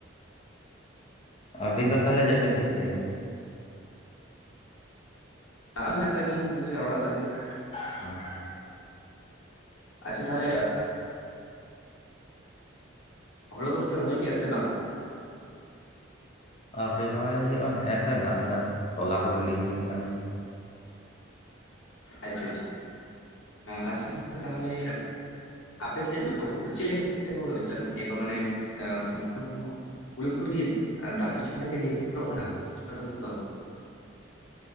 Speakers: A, on the left (about 30°); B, on the left (about 85°).
A: ᱟᱹᱵᱤᱱ ᱫᱚ ᱛᱟᱦᱚᱞᱮ ᱪᱮᱫ ᱵᱤᱱ ᱪᱤᱠᱟᱹᱭᱮᱫᱟ?
B: ᱟᱜ ᱠᱟᱜ ᱜᱤᱧ ᱜᱮᱭᱟ ᱚᱲᱟᱜ ᱨᱮᱜᱮ ᱾
A: <inaudible>
B: ᱟᱪᱪᱷᱟ ᱛᱟᱸᱦᱞᱮ ᱦᱩᱲᱤ ᱠᱚᱫᱚᱯᱮ ᱨᱚᱦᱚᱭ ᱠᱮᱜᱼᱟ ᱥᱮ ᱵᱟᱝ?
A: ᱟᱣᱨᱤ ᱨᱚᱦᱚᱭ ᱦᱩᱭᱩᱜᱼᱟ ᱦᱮᱸᱮ ᱫᱚᱭ ᱫᱟᱜ ᱫᱟ ᱛᱚᱞᱟ ᱠᱚ ᱜᱤᱰᱤ ᱦᱩᱭᱩᱜ ᱠᱟᱱᱟ᱾
B: ᱟᱪᱪᱷᱟ ᱟᱪᱪᱷᱟ ᱟᱪᱪᱷᱟ ᱜᱚᱝᱠᱮ ᱛᱟᱦᱚᱞᱮ ᱟᱯᱮ ᱥᱮᱫ ᱫᱚ ᱪᱮᱫ ᱞᱮᱠᱟ ᱵᱷᱟᱵ ᱛᱮᱠᱚ ᱪᱟᱥ ᱜᱮᱭᱟ ᱠᱚ ᱢᱟᱱᱮ ᱥᱚᱢᱯᱩᱨᱱᱚ ᱯᱩᱨᱟᱹ ᱯᱩᱨᱤ ᱫᱟᱜ ᱡᱟᱹᱲᱤ ᱪᱮᱛᱟᱱ ᱨᱮᱜᱮ ᱱᱤᱨᱵᱷᱚᱨᱚᱜ ᱠᱟᱱᱟ, ᱪᱟᱥᱵᱟᱥ ᱫᱚ᱾